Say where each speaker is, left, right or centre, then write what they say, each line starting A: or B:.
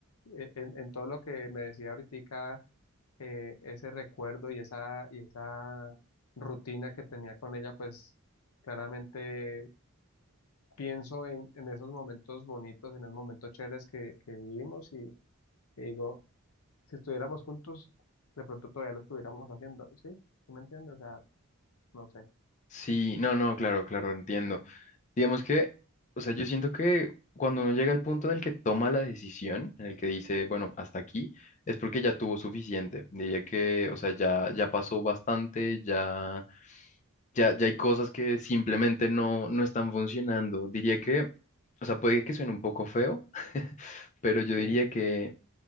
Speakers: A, on the left; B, on the left.
A: eh, en, en todo lo que me decía ahorita eh, ese recuerdo y esa, y esa rutina que tenía con ella, pues claramente pienso en, en esos momentos bonitos, en esos momentos chéveres que, que vivimos y, y digo, si estuviéramos juntos, de pronto todavía lo estuviéramos haciendo, ¿sí? ¿Sí me entiendes? O sea, no sé.
B: Sí, no, no, claro, claro, entiendo. Digamos que, o sea, yo siento que cuando uno llega al punto en el que toma la decisión, en el que dice, bueno, hasta aquí, es porque ya tuvo suficiente. Diría que, o sea, ya, ya pasó bastante, ya ya, ya hay cosas que simplemente no, no están funcionando. Diría que, o sea, puede que suene un poco feo, <laughs> pero yo
A: Sí,
B: diría que